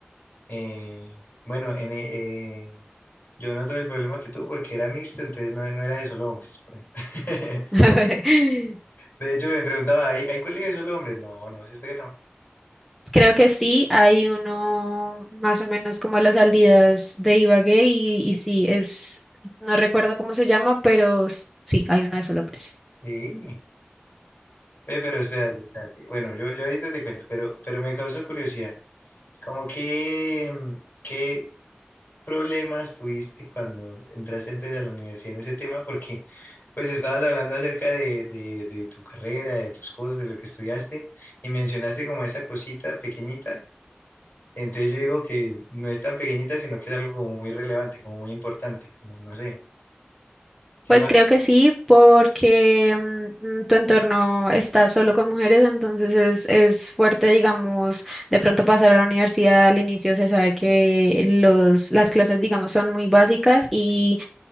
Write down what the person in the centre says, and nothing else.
<laughs>
Creo que sí, hay uno más o menos como a las salidas de Ibagué y, y sí, es, no recuerdo cómo se llama, pero s- sí, hay uno de esos hombres.
Pues
creo que sí, porque mm, tu entorno está solo con mujeres, entonces es, es fuerte, digamos, de pronto pasar a la universidad al inicio se sabe que los, las clases, digamos, son muy básicas y